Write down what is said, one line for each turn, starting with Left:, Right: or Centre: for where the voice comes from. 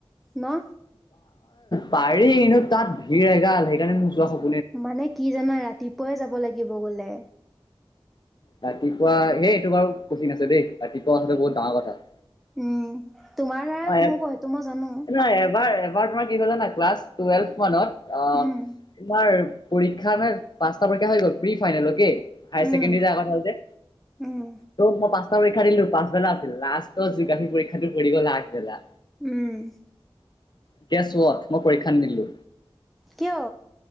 Centre: ন।
Left: পাৰি কিন্তু তাত ভিৰ এগাল সেইকাৰণে মোক যোৱা স।
Centre: মানে কি জানা ৰাতিপুৱাই যাব লাগিব গ'লে।
Left: ৰাতিপুৱা এই এইটো বাৰু কঠিন আছে দেই ৰাতিপুৱা কথাটো বহুত ডাঙৰ কথা।
Centre: উম। তোমাৰ দ্বাৰা
Left: অ
Centre: নহ'ব সেইটো মই জানো
Left: নহ এবাৰ এবাৰ তোমাৰ কি হ'ল জানা। ক্লাছ টুৱেলভ মানত আহ
Centre: উম
Left: তোমাৰ। পৰীক্ষা নে পাঁচটা পৰীক্ষা হৈ গ'ল pre final okay. high secondary
Centre: Um
Left: আগত হ'ল যে
Centre: উম
Left: ত মই পাঁচটা পৰীক্ষা দিলো পাচবেলা আ। লাষ্টত জোগাফ্ৰি পৰীক্ষাতটো পৰি গ'ল আগবেলা।
Centre: উম।
Left: এতিয়া চোৱা মই পৰীক্ষানিদিলো।
Centre: কিয়